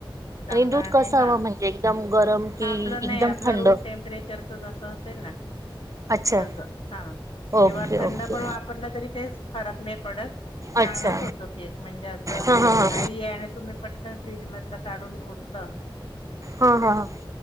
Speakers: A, on the left; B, on the right.
A: चांगला
B: दूध
A: आणि
B: कसं
A: हा
B: हवं म्हणजे एकदम गरम कि
A: हा आपलं
B: एकदम
A: नाही आपला
B: थंड
A: रूम टेम्परेचरच जस तर ना.
B: अच्छा
A: तस हा किंवा
B: ओके
A: थंड
B: ओके
A: पण वापरलं तरी काही फरक नाही पडत चांगलाच
B: अच्छा
A: होतो, केक म्हणजे अस घाई
B: हा हा हा
A: आहे, आणि तुम्ही पटकन फ्रीजमधल. ओतला
B: हा ह ह